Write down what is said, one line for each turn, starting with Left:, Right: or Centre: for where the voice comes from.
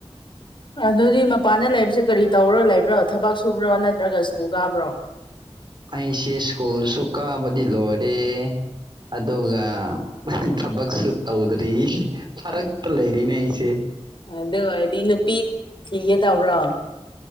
Left: ꯑꯗꯨꯗꯤ ꯃꯄꯥꯟꯗ ꯂꯩꯕꯁꯦ ꯀꯔꯤ ꯇꯧꯔꯣ ꯂꯩꯕ꯭ꯔꯣ ꯊꯕꯛ ꯁꯨꯕ꯭ꯔꯣ ꯅꯠꯇ꯭ꯔꯒ ꯁ꯭ꯀꯨꯜ ꯀꯥꯕ꯭ꯔꯣ
Right: ꯑꯩꯁꯤ ꯁ꯭ꯀꯨꯜꯁꯨꯨ ꯀꯥꯕꯗꯤ ꯂꯣꯏ ꯔꯦ ꯑꯗꯨꯒ ꯊꯕꯛꯁꯨ ꯇꯧꯗ꯭ꯔꯤ ꯐꯔꯛꯇ ꯂꯩꯔꯤꯅꯦ ꯑꯩꯁꯦ
Left: ꯑꯗꯨ ꯑꯣꯏꯔꯗꯤ ꯅꯨꯄꯤ ꯊꯤꯒꯦ ꯇꯧꯕ꯭ꯔꯣ